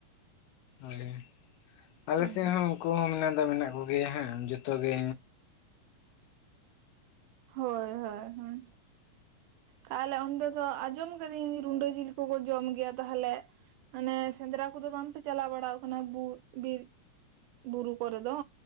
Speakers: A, on the left (about 85°); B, on the right (about 80°).
A: ᱦᱳᱭ ᱟᱞᱮ
B: ᱦᱩᱸ
A: ᱥᱮᱫ ᱦᱚᱸ ᱩᱱᱠᱩ ᱦᱚᱸ ᱢᱮᱱᱟᱜ ᱫᱚ ᱢᱮᱱᱟᱜ ᱠᱚᱜᱮᱭᱟ, ᱦᱟᱸᱜ ᱡᱚᱛᱚ ᱜᱮ᱾
B: ᱦᱳᱭᱻ ᱦᱳᱭᱻ ᱦᱮᱻ᱾ ᱛᱟᱦᱚᱞᱮ ᱚᱱᱛᱮ ᱫᱚ ᱟᱸᱡᱚᱢ ᱠᱟᱹᱫᱟᱹᱧ ᱨᱩᱰᱟᱹ ᱡᱤᱞ ᱠᱚᱠᱚ ᱡᱚᱢ ᱜᱮᱭᱟ ᱛᱟᱦᱚᱞᱮ ᱢᱟᱱᱮ ᱥᱮᱸᱫᱽᱨᱟ ᱠᱚᱫᱚ ᱵᱟᱝᱯᱮ ᱪᱟᱞᱟᱣ ᱵᱟᱲᱟ ᱠᱟᱱᱟ <unintelligible> ᱵᱤᱨ, ᱵᱩᱨᱩ ᱠᱚᱨᱮ ᱫᱚ?